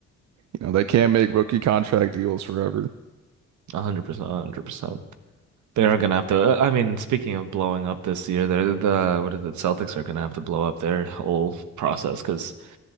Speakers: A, on the right; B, on the right.
A: You know, they can't make rookie contract deals forever.
B: 100%, 100%. They are gonna have to. uh, I mean, speaking of blowing up this year, they're the what is it? Celtics are gonna have to blow up their whole process because